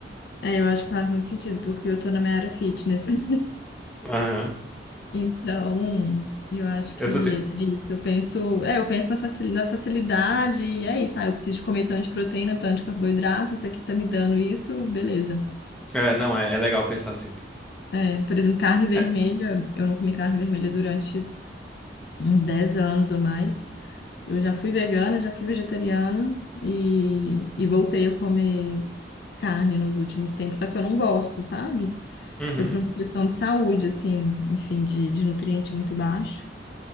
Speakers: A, on the left; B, in the centre.
A: É, eu acho que faz muito sentido, porque eu tô na minha área fitness. <laughs>
B: É. Aham.
A: Então, eu acho
B: Eu
A: que
B: tô te...
A: é isso. Eu penso, é, eu penso na facil- na facilidade e é isso. Ah, eu preciso de comer tanto de proteína, tanto de carboidrato, isso aqui tá me dando isso, beleza.
B: é, não, é, é legal pensar assim.
A: É, por exemplo, carne vermelha,
B: É,
A: eu não comi carne vermelha durante uns 10 anos ou mais. Eu já fui vegana, já fui vegetariana e, e voltei a comer carne nos últimos tempos, só que eu não gosto, sabe?
B: uhum,
A: Foi por uma questão de saúde, assim, enfim, de, de nutriente muito baixo.